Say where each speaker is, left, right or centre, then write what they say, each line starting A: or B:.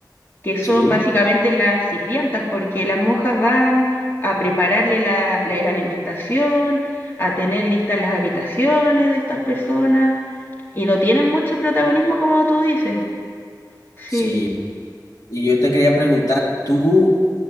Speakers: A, on the left; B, on the left.
A: que son
B: Sí,
A: básicamente las sirvientas, porque las monjas van a prepararle la, la la alimentación, a tener listas las habitaciones de estas personas y no tienen mucho protagonismo como tú dices. Sí.
B: sí. Y yo te quería preguntar, tú,